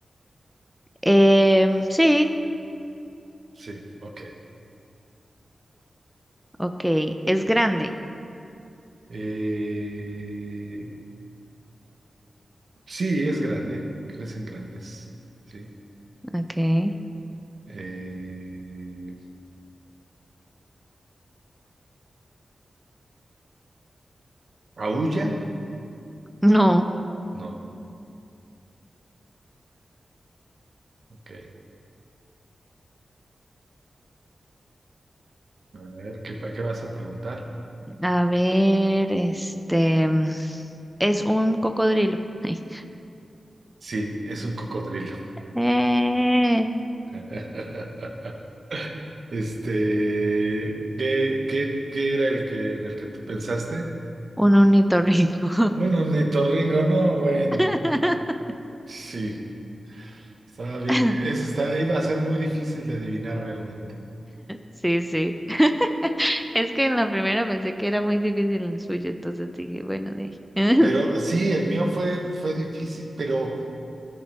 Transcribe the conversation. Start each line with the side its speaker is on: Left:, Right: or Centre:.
Centre: Em, sí,
Right: Sí, ok.
Centre: okay. Es grande.
Right: Eh, sí, es grande, crecen grandes, sí.
Centre: Okay.
Right: Eh, ¿Aúlla?
Centre: No.
Right: No. Ok. A ver, ¿qué, qué vas a preguntar?
Centre: A ver, este, es un cocodrilo. Ay.
Right: Sí, es un cocodrilo.
Centre: Eh,
Right: <laughs> Este, ¿qué, qué, qué era el que en el que tú pensaste?
Centre: un ornitorrinco.
Right: Un ornitorrinco, no, bueno.
Centre: <laughs>
Right: Sí, estaba bien.
Centre: <laughs>
Right: di- Ese está, iba a ser muy difícil de adivinar realmente.
Centre: Sí, sí. <laughs> Es que en la primera pensé que era muy difícil el suyo, entonces dije, bueno, de ahí. <laughs>
Right: Pero sí, el mío fue, fue difícil, pero.